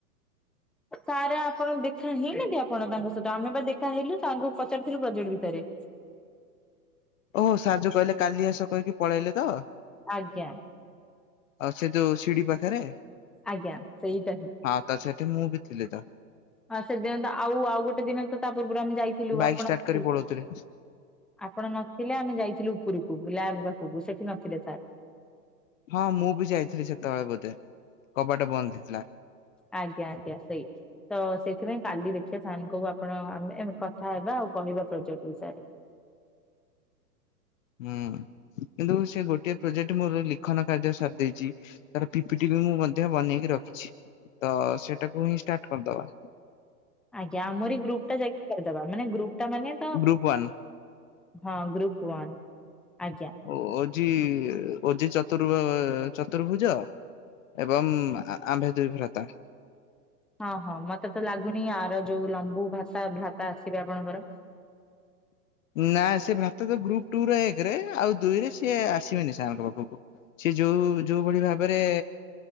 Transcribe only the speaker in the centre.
ସାର୍ ଆପଣ ଦେଖା ହେଇଲେହାନ୍ତି ଆପଣ ତାଙ୍କ ସହିତ ଆମେ ବା ଦେଖା ହେଇଲୁ ତାଙ୍କୁ ପଚାରିଥିଲୁ ପ୍ରୋଜେକ୍ଟ ବିଷୟରେ।
ଆଜ୍ଞା
ଆଜ୍ଞା ସେଇଟା
ହଁ ସେଦିନ ତ ଆଉ ଆଉ ଗୋଟେ ଦିନ ତ ତା ପୂର୍ବରୁ ଆମେ ଯାଇଥିଲୁ
ଆପଣକୁଁ।
ଆପଣ ନଥିଲେ ଆମେ ଯାଇଥିଲୁ ଉପରକୁ ବୁଲାବ ପାଖକୁ ସେଠି ନଥିଲେ ସାର୍।
ଆଜ୍ଞା ଆଜ୍ଞା ସେଇ। ତ ସେଇଥିପାଇଁ କାଲି ଦେଖିବା ସାନଙ୍କୁ ଆପଣ ଆେ କଥା ହେବା ଆଉ କହିବା ପ୍ରୋଜେକ୍ଟ ବିଷୟରେ।
ଆଜ୍ଞା ଆମର ଏଇ ଗ୍ରୁପ ଟା ଯାଇକି କରିଦବା ମାନେ ଗ୍ରୁପ ଟା ମାନେ ତ।
ହଁ ଗ୍ରୁପ ୱାନ୍ ଆଜ୍ଞା।
ହଁ ହଁ ମତେ ତ ଲାଗୁନି ଆର ଯୋଉ ଲମ୍ବୁ ଭତା ଭାତା ଆସିବେ ଆପଣଙ୍କର।